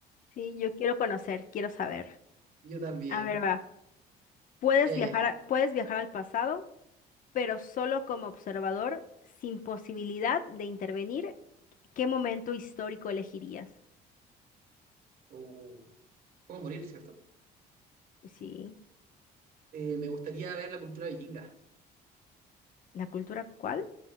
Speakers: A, on the left; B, on the right.
A: Sí, yo quiero conocer, quiero saber.
B: yo también.
A: A ver, va. Puedes
B: Eh,
A: viajar, a- puedes viajar al pasado, pero solo como observador, sin posibilidad de intervenir. ¿Qué momento histórico elegirías?
B: uh, puedo morir, ¿cierto?
A: Sí,
B: Eh, me gustaría ver la cultura vikinga.
A: ¿la cultura cuál?